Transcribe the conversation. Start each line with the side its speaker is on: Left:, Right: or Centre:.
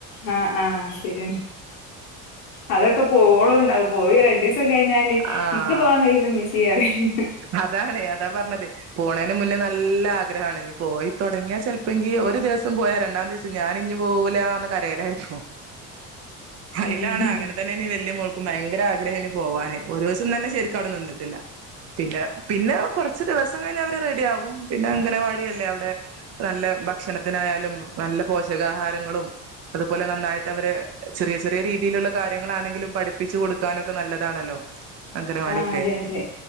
Left: ആഹ് ആഹ് ശരിയാണ് അതൊക്കെ പോവോള ഉണ്ടാവും പോയി രണ്ട് കഴിഞ്ഞാല്
Right: ആഹ്
Left: ഇച്ച് പോവാൻ കഴിയില്ലമ്മച്ച്യേ പറയും
Right: അതാണ് അതാ പറഞ്ഞത് പോണേന് മുന്നേ നല്ല ആഗ്രഹാണ് ഇനി പോയി തുടങ്ങിയ ചെലപ്പോങ്കി ഒരു ദിവസം പോയാ രണ്ടാം ദിവസം ഞാൻ ഇഞ്ഞു പോവൂലാന്ന് കരയലായിരുന്നു
Left: ഉം
Right: ഐലാണ് അങ്ങനെ തന്നേനി വല്യ മോക്കും ഭയങ്കര ആഗ്ര പോവാനെ ഒരൂസം തന്നെ ശരിക്കും അവിടെ നിന്നിട്ടില്ല പിന്നെ പിന്നെ കുറച്ച് ദിവസം കഴിഞ്ഞ റെഡി ആവും പിന്നെ അംഗനവാടിയല്ലേ അവിടെ നല്ല ഭക്ഷണത്തിനായാലും നല്ല പോഷകാഹാരങ്ങളും അതുപോലെ നന്നായിട്ട് അവരെ ചെറിയ ചെറിയ രീതിയിലുള്ള കാര്യങ്ങളാണെങ്കിലും പഠിപ്പിച്ച് കൊടുക്കാനൊക്കെ നല്ല ഇതാണല്ലോ അംഗനവാടിക്കെ
Left: ആഹ് അതെ അതെ